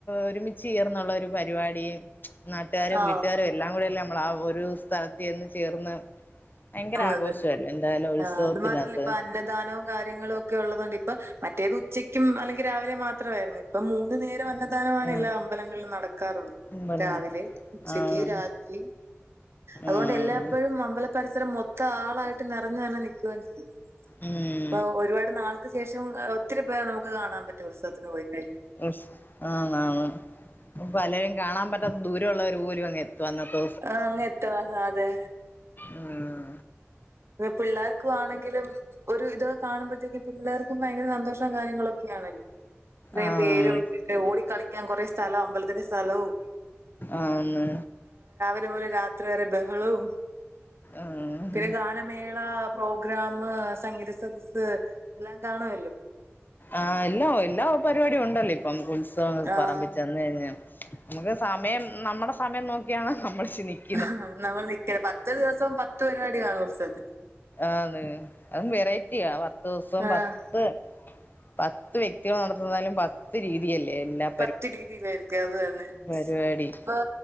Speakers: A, on the left; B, on the right.
A: ഒരുമിച്ചേർന്നുള്ള ഒരു പരിപാടി നാട്ടാരും
B: ആ.
A: വീട്ടാരൊ എല്ലാം കൂടെയല്ലേ നമ്മളാ ഒരു സ്ഥലത്തെന്ന് ചേർന്ന്. ഭയങ്കര
B: ന്നത്.
A: ആഘോഷല്ലെ എന്തായാലും ഉത്സവത്തിനാത്ത്.
B: ആ അത് മാത്രല്ല ഇപ്പൊ അന്നദാനവും കാര്യങ്ങളൊക്കെ ഉള്ളതോണ്ട് ഇപ്പൊ മറ്റേത് ഉച്ചക്കും അല്ലെങ്കിൽ രാവിലെ മാത്രമായിരുന്നു ഇപ്പം മൂന്നു നേരോ അന്ന ന്നദാനമാണ്
A: ആഹ്
B: എല്ലാ അമ്പലങ്ങളിലും നടക്കാറുള്ളത്
A: ഇമ്പനെ
B: രാവിലെ, ഉച്ചക്ക്,
A: ആഹ്
B: രാത്രി അതോണ്ട്
A: ആഹ്
B: എല്ലാഴ്പ്പോഴും അമ്പല പരിസരം മൊത്തം ആളായിട്ട് നെറഞ്ഞു തന്നെ നിൽക്കുകയും ചെയ്യും.
A: ഉം
B: ഇപ്പൊ ഒരുപാട് നാൾക്ക് ശേഷം ഒത്തിരി പേർ നമുക്ക് കാണാപറ്റും ഉത്സവത്തിന് പോയിക്കഴിഞ്ഞ.
A: യെസ് ആണ് ആണ് അപ്പൊ പലരും കാണാ പറ്റാത്ത ദൂരള്ളവര് പോലും അങ് എത്തും അന്നത്തോ
B: ആഹ് അങ്ങെത്തു അതാത്.
A: ഉം
B: ഇ പിള്ളേർക്ക് വാണെങ്കിലും ഒരു ഇത് കാണുമ്പത്തേക്ക് പിള്ളേർക്കും ഭയങ്കര സന്തോഷ കാര്യങ്ങളൊക്കെയാണല്ലേ. ഇത്രേം
A: ആഹ്
B: പേരും പിന്നെ ഓടിക്കളിക്കാൻ കുറെ സ്ഥലം അമ്പൽത്തിന്റെ സ്ഥലവും.
A: ആന്ന്
B: തെ പോലെ രാത്രി വരെ ബഹളവും.
A: ആഹ്
B: ഇത്തിരിക്കാലം മേള പ്രോഗ്രാം സംഗീത സദസ്സ് എല്ലാ കാണുവല്ലോ.
A: ആഹ് എല്ലോ എല്ലാ പരിപാടിയുണ്ടല്ലിപ്പം ഉത്സവപറമ്പി
B: ആഹ്
A: ചെന്നഴിഞ. നമുക്ക് സമയം നമ്മുടെ സമയം നോക്കിയാണ് നമ്മൾ ചിനിക്കും.
B: ആഹ് നമ്മൾ നിക്ക പത്തു ദിവസം പത്ത് പരിപാടി കാണും ഉത്സവത്തിന്.
A: ആന്ന് അതും വെറൈറ്റിയ പത്ത് ദിവസം
B: ആഹ്
A: പത്ത് പത്ത് വ്യക്തികൾ നടത്തുന്നതിലും പത്ത് രീതിയല്ലേ എല്ലാം.
B: പത്ത് രീതിയിലയിരിക്കും അത് തന്നെ
A: പരിപാടി
B: സ് പ്പാ